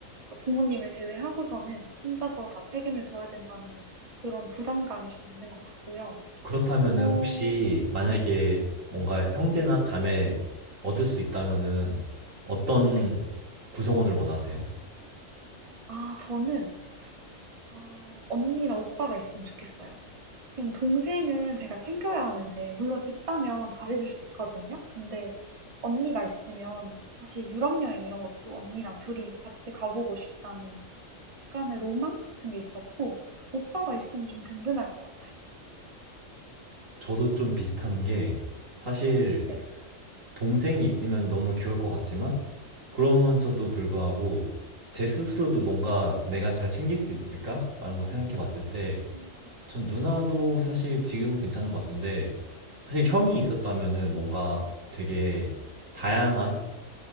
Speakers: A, on the right; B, on the right.
A: 그러니까 부모님을 제외하고서는 혼자서 다 책임을 져야 된다는 그런 부담감이 좀 있는 것 같고요.
B: 그렇다면은
A: 어,
B: 혹시 만약에
A: 네,
B: 뭔가 형제나
A: 네,
B: 자매 얻을 수 있다면은 어떤
A: 네.
B: 구성원을 원하세요?
A: 아, 저는, 어, 언니나 오빠가 있으면 좋겠어요. 왜냐면 동생은 제가 챙겨야 하는데, 물론 있다면 잘해줄 수 있거든요. 근데 언니가 있으면 사실 유럽 여행 이런 것도 언니랑 둘이 같이 가보고 싶다는 약간의 로망 같은 게 있었고 오빠가 있으면 좀 든든할 것 같아요.
B: 저도 좀 비슷한 게 사실
A: 네.
B: 동생이 있으면 너무 귀여울 것 같지만 그러면서도 불구하고 제 스스로도 뭔가 내가 잘 챙길 수 있을까라는 걸 생각해 봤을 때
A: 음.
B: 전 누나도 사실 지금은 괜찮은 것 같은데 사실 형이 있었다면은 뭔가 되게 다양한